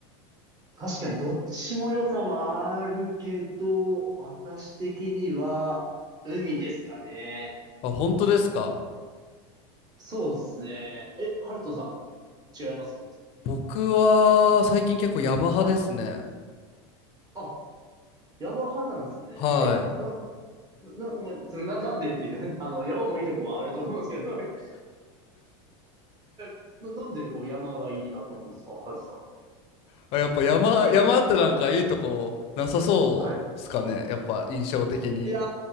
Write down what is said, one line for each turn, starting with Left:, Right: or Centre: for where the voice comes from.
Right: 確かにどっちも良さはあるけど、私的には海ですかね。
Left: あ、本当ですか
Right: そうですね。え、ハルトさん、違います
Left: 僕は最近結構山派ですね。
Right: はい。あ、山派なんですね。
Left: はい。
Right: え、な、な、な、な、なんでっていうね、<laughs> あの、山もいいとこはあると思うんですけど、<laughs> えな、なんでこう山がいいなと思うんですか、ハルトさ
Left: あ、やっぱ山、
Right: ん。
Left: 山ってなんかいいとこなさそうっすかね。
Right: <laughs> はい。
Left: やっぱ印象的に。
Right: いや